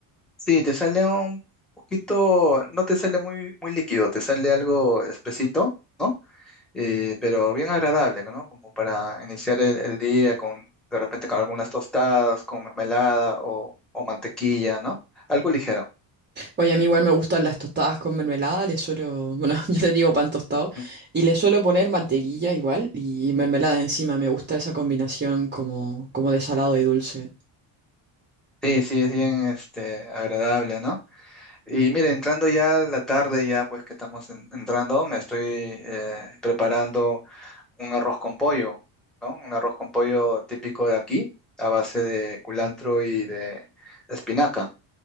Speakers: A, in the centre; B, on the right (about 20°).
A: Sí, te sale un poquito, no te sale muy, muy líquido, te sale algo espesito, ¿no? eh, pero bien agradable, ¿no? Como para iniciar el, el día con, de repente, con algunas tostadas, con mermelada o, o mantequilla, ¿no? Algo ligero.
B: Oye, a mí igual me gustan las tostadas con mermelada, le suelo, bueno, <laughs> yo le digo pan tostado,
A: Mm.
B: y le suelo poner mantequilla igual y mermelada encima, me gusta esa combinación como, como de salado y dulce.
A: Sí, sí, es bien este, agradable, ¿no? Y mire, entrando ya a la tarde, ya pues que estamos en- entrando, me estoy eh, preparando un arroz con pollo, ¿no? Un arroz con pollo típico de aquí, a base de culantro y de espinaca,